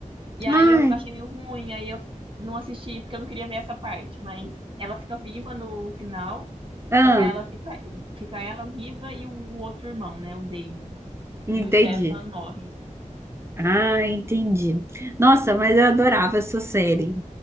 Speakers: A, on the right; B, on the right.
A: E aí
B: ai,
A: eu achei meio ruim, aí eu não assisti porque eu não queria ver essa parte, mas ela fica viva no final,
B: ah,
A: só que aí ela fica, fica ela viva e o outro irmão, né, o Damon.
B: entendi.
A: E o Stefan morre.
B: Ah, entendi. Nossa, mas eu adorava essa série.